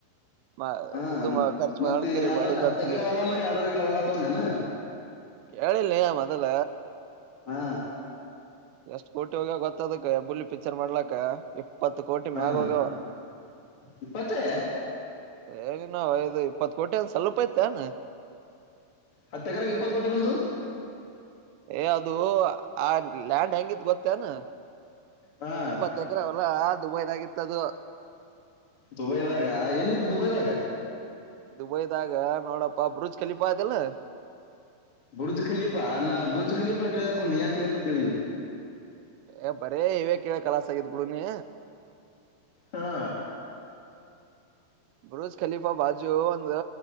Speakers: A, on the right (about 80°); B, on the left (about 35°).
A: ಮ
B: ಹಾ
A: ಇದು
B: ಮ್-
A: ಖರ್ಚು
B: ಮತ್ತೆ
A: ಮಾಡಕರಿ
B: ಎರಡು
A: ಮಾಡಿದ್ದ
B: ಹತ್ತು
A: ಫಿಲಿಮ್
B: ಎಕರೆ ಹೊಲ ಮಾರಿ ಎರಡು ಎಕರೆ ಹೊಲ ತಗೊಂಡೇನ
A: ಕೇಳಿಲ್ಲಯ ಮೊದಲ
B: ಹಾ
A: ಎಷ್ಟ್ ಕೋಟಿ ಹೋಗ್ಯವ ಗೊತ್ತದಕ್ಕೆ ಬುಳ್ಳಿ ಪಿಕ್ಚರ್ ಮಾಡ್ಲಕ್ಕ ಇಪ್ಪತ್ತು ಕೋಟಿ
B: ಹಾ
A: ಮ್ಯಾಗ ಹೋಗ್ಯವ ಹ್ಮ್
B: ಇಪ್ಪತ್ತೇ
A: ಹೇಳಿ ನಾವ್ ಐದು ಇಪ್ಪತ್ ಕೋಟಿ ಅಂದ ಸ್ವಲ್ಪ ಐತಾನ
B: ಹತ್ತೆಕರಗೆ ಇಪ್ಪತ್ ಕೋಟಿ ಬಂದು
A: ಏ ಅದುೂ ಆ ಲ್ಯಾಂಡ್ ಹೆಂಗಿತ್ ಗೊತ್ತೇನ್
B: ಹಾ
A: ಇಪ್ಪತ್ತ ಎಕರ ಅವಲ್ಲಾ ದುಬೈದಗಿತ್ತದು
B: ದುಬೈದಾಗ ಎಲ್ಲಿಿದ್ದು ದುಬೈದಾಗ
A: ದುಬೈದಾಗ ನೋಡಪ್ಪ ಬರುಜ್ ಕಲಿಪಾ ಆಯತಲ್ಲ
B: ಬುರ್ಜ್ ಕಲಿಯೀಪ ನಾ ಬುರ್ಜ್ ಕಲೀಪಾ ಕೇಳಿದಪ್ಪ ಮೀ ಯಾ ಕಲಿಯಪ ಕೇಳಿ
A: ಏ ಬರೇ ಇವೇ ಕೇಳ ಕಲಸ ಆಗಿದ್ ಬಿುಡು ನೀ
B: ಹಾ
A: ಬರುೂಜ್ ಖಲೀಫಾ ಬಾಜು ಒಂದು